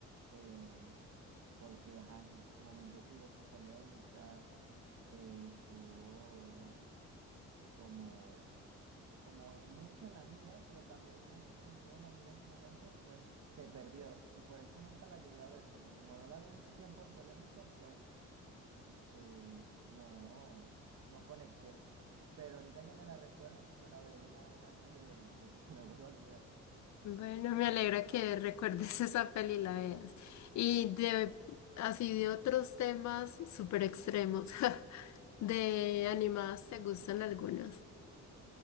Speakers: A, on the right (about 60°); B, on the left (about 65°).
A: eh, porque ajá, en su, su momento tuvo su polémica, eh, estuvo como, como en- mucho en la mira, pero también así como estuvo en la mira en su momento, pues se perdió y por eso nunca la llegué a ver, porque como no la vi en su tiempo de polémica, pues este, no, no conecté. Pero ahorita que me la recuerdas, pues me la veré de una vez antes de, de que se me vuelva a olvidar.
B: Bueno, me alegra que recuerdes <laughs> esa peli y la veas. Y de, así de otros temas súper extremos, <laughs> de animadas, ¿te gustan algunas?